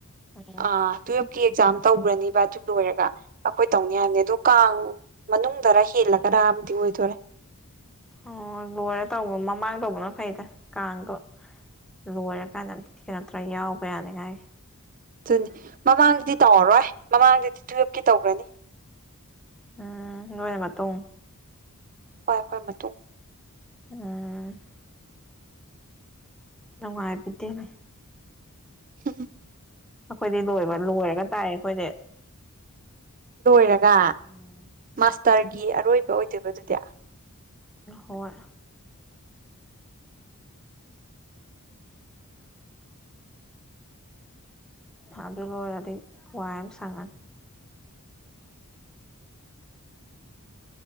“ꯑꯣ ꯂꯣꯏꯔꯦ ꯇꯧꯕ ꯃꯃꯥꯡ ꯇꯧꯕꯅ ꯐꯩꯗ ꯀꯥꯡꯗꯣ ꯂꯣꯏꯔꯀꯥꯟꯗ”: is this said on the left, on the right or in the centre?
Centre